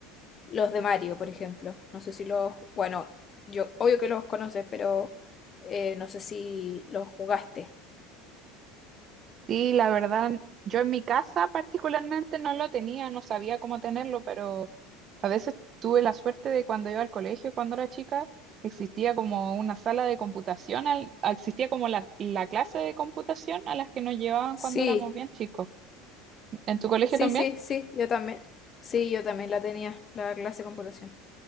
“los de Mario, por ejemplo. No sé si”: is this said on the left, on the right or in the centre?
Left